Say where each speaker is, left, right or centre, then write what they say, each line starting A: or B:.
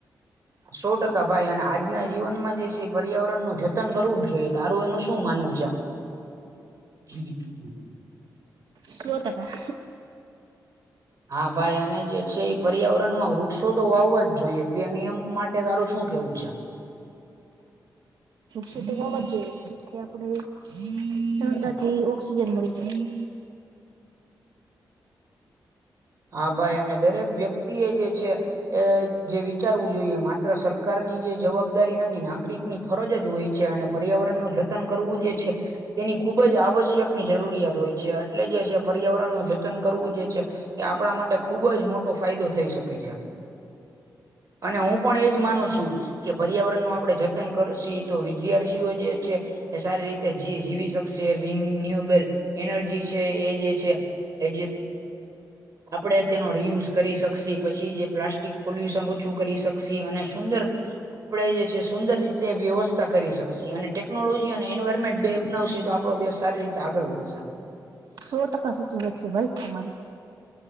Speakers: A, on the right; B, on the right.
A: સો ટકા ભાઈ અને આજના જીવનમાં જે છે પર્યાવરણનુંું જતન કરવું જ જોઈએ તારું એનું શું માનવું છે આ હમ
B: સો ટકા
A: હા ભાઈ અને જે છે એ પર્યાવરણ માં વૃક્ષો તો વાવવા જ જોઈએ તે નિયમ માટે તારું શું કેવું છે.
B: સુ તો હોવ જ જોઈએ જેથી આપડે સરદર થી ઓક્સિજન મળી જાય
A: હા ભાઈ અને દરેક વ્યક્તિ એ જે છે એ જે વિચારવું જોઈએ માત્ર સરકારની જે જવાબદારી નથી નાગરિક ની ફરજ જ હોય છે અને પર્યાવરણ નું જતન કરવું જે છે તેની ખુબ જ આવશ્યકની જરૂરિયાત હોય છે એટલે જે છે પર્યાવરણનું જતન કરવું જે છે એ આપણા માટે ખુબ જ મોટો ફાયદો થઈ શકે છે અને હું પણ એજ માનું છું. કે પર્યાવરણ નું આપડે જતન કરશે છે એ તો વિદ્યાર્થીઓ જે છે એ સારી રીતે જી જીવી શકશે રિન્યુએબલ એનર્જી છે. એ જે છે. એજે આપડણે તેનો રિયુઝ કરી શકશે. પછી જે પ્લાસ્ટિક પોલ્યુશન ઓછું કરી શકશે અને સુંદર આપણે જે છે સુંદર રીતે વ્યવસ્થા કરી શકશે અને ટેકનોલોજી અને એન્વાયરમેન્ટ બે અપનાવશે તો આપ આપડો દેશ સારી રીતે આગળ વધશે.
B: સો ટકા સાચી વાત છે ભાઈ તમારી.